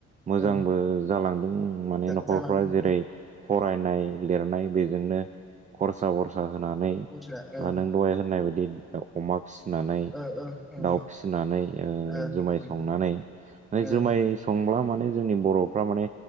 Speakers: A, on the right; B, in the centre.
A: मोजांबो
B: औ
A: जालांदों माने न'खरफ्रा
B: जालांदों
A: जेरै-फरायनाय, लिरनाय बेजोंनो खरसा-बरसा होनानै,
B: बुरजा
A: बा
B: औ
A: नों दहाय होननाय बायदि अमा फिसिनानै,
B: औ औ औ
A: दाउ फिसिनानै, ओ
B: औ
A: जुमाय
B: औ
A: संनानै
B: औ
A: जुमाय सं ब्ला माने जोंनि बर'फ्रा माने